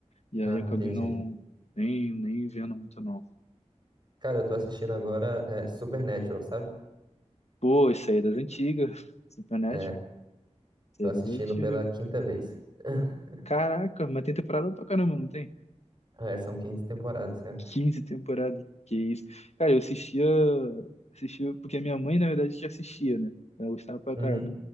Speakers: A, on the left; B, on the right.
A: E aí
B: Ah,
A: acabei
B: entendi.
A: não, nem, nem vendo muito, não.
B: Cara, eu tô assistindo agora é, Supernatural, sabe?
A: Pô, isso aí é das antigas. <laughs> Supernatural.
B: É,
A: Isso
B: tô
A: aí
B: assistindo
A: é das antigas.
B: pela quinta vez. <laughs>
A: Caraca, mas tem temporada pra caramba, não tem?
B: É, são 15 temporadas, cara.
A: quinze temporadas. Que isso. Cara, eu assistia, assistia, porque a minha mãe, na verdade, que assistia, né? Ela gostava pra
B: Uhum.
A: caraca.